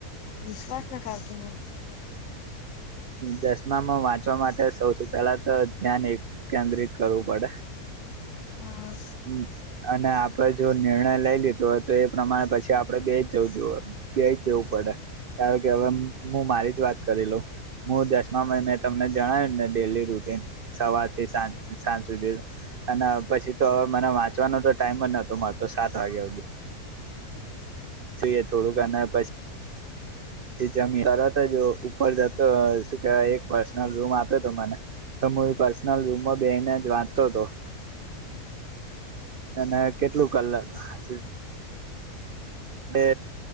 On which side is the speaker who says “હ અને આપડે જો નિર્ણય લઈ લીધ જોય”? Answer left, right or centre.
Right